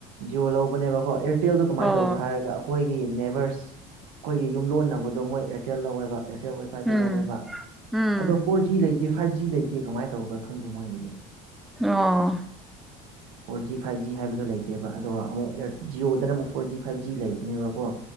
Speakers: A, on the right; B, in the centre.
A: ꯖꯤꯌꯣ ꯂꯧꯕꯅꯦꯕꯀꯣ ꯑꯦꯔꯇꯦꯜꯗꯣ ꯀꯃꯥꯏꯅ
B: ꯑꯣ
A: ꯇꯧꯕ꯭ꯔꯥ ꯍꯥꯏꯔꯒ ꯑꯩꯈꯣꯏꯒꯤ ꯅꯦꯕꯦꯔꯁ ꯑꯩꯈꯣꯏꯒꯤ ꯌꯨꯝꯂꯣꯟꯅꯕꯗꯣ ꯃꯣꯏ ꯑꯦꯔꯇꯦꯜ ꯂꯧꯑꯦꯕ ꯑꯔꯇꯦꯜ ꯋꯥꯏꯐꯥꯏꯗ
B: ꯎꯝ
A: ꯂꯧꯑꯦꯕ
B: ꯎꯝ
A: ꯑꯗꯣ ꯐꯣꯔ ꯖꯤ ꯂꯩꯇꯦ ꯐꯥꯏꯚ ꯖꯤ ꯂꯩꯇꯦ ꯀꯃꯥꯏꯅ ꯇꯧꯕ꯭ꯔꯥ ꯈꯪꯗꯦ ꯃꯣꯏꯒꯤꯗꯤ
B: ꯑꯣ
A: ꯐꯣꯔ ꯖꯤ ꯐꯥꯏꯚ ꯖꯤ ꯍꯥꯏꯕꯗꯣ ꯂꯩꯇꯦꯕ ꯑꯗꯣ ꯑꯃꯨꯛ ꯑꯦꯔ ꯖꯤꯌꯣꯗꯅ ꯑꯃꯨꯛ ꯐꯣꯔ ꯖꯤ ꯐꯥꯏꯚ ꯖꯤ ꯂꯩꯕꯅꯦꯕꯀꯣ